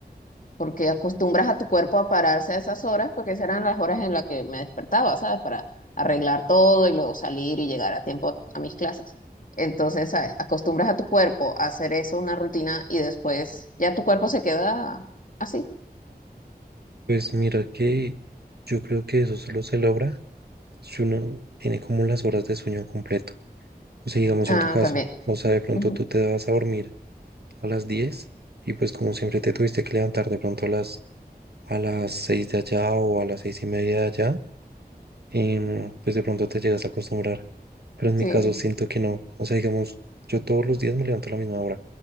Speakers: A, on the left (about 55°); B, on the right (about 75°).
A: porque acostumbras a tu cuerpo a pararse a esas horas, porque esas eran las horas en las que me despertaba, ¿sabes? Para arreglar todo y luego salir y llegar a tiempo a mis clases. Entonces, ¿sabes? Acostumbras a tu cuerpo a hacer eso, una rutina, y después ya tu cuerpo se queda así.
B: Pues mira que yo creo que eso solo se logra si uno tiene como las horas de sueño completo. O sea, digamos
A: Ah,
B: en tu caso,
A: también.
B: o sea, de pronto
A: Ujú,
B: tú te vas a dormir a las 10 y pues como siempre te tuviste que levantar de pronto a las, a las 6 de allá o a las seis y media de allá, em, pues de pronto te llegas a acostumbrar. Pero en
A: Sí.
B: mi caso siento que no. O sea, digamos, yo todos los días me levanto a la misma hora.